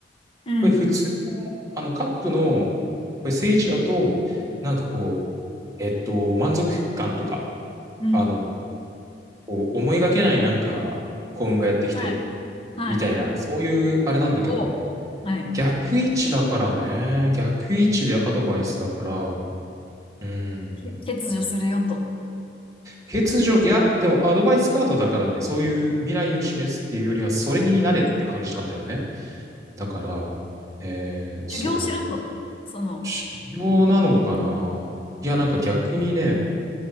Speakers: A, on the left (about 30°); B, on the right (about 20°).
A: うん。
B: これ普通、あの、カップの、これ正位置だと、なんかこう、えっと、満足感とか、
A: うん。
B: あの、こう、思いがけないなんか、幸運がやってきて、
A: はい。はい。
B: みたいな、そういうあれなんだけど、
A: お、はい。
B: 逆位置だからね。逆位置でアドバイスだから。うん。
A: け欠如するよと。
B: 欠如、いや、でもアドバイスカードだからね、そういう未来を示すっていうよりは、それになれって感じなんだよね。
A: あ、そっか。
B: だから、えー、そ
A: 修行しろと。その、
B: う、修行なのかないや、なんか逆にね、